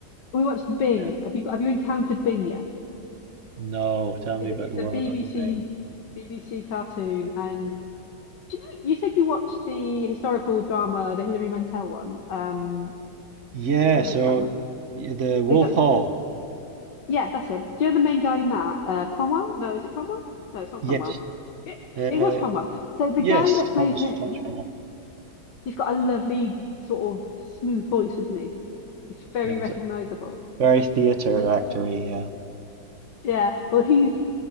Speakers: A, on the left (about 65°); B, on the right (about 45°).
A: we watched Bing.
B: Yeah.
A: Have you got, have you encountered Bing yet?
B: No, tell me
A: It-
B: about
A: It's
B: the
A: a
B: World
A: BBC
B: of Thing.
A: BBC cartoon, and do you know you said you watched the historical drama, the Hilary Mantel one. Um,
B: Yeah,
A: oh, I
B: so
A: can't remember.
B: y- the Wolf
A: They got
B: Hall.
A: yeah, that's him. Do you know the main guy in that? Uh, Cromwell? No, is it Cromwell? No, it's not
B: Yes.
A: Cromwell. It
B: Uh,
A: it was Cromwell. So the
B: yes,
A: guy that plays
B: Thomas
A: him,
B: Thomas Cromwell.
A: he's got a lovely sort of smooth voice, isn't he? It's very
B: Yeah,
A: recognizable.
B: Very theater
A: And
B: actory, yeah.
A: yeah, well, he's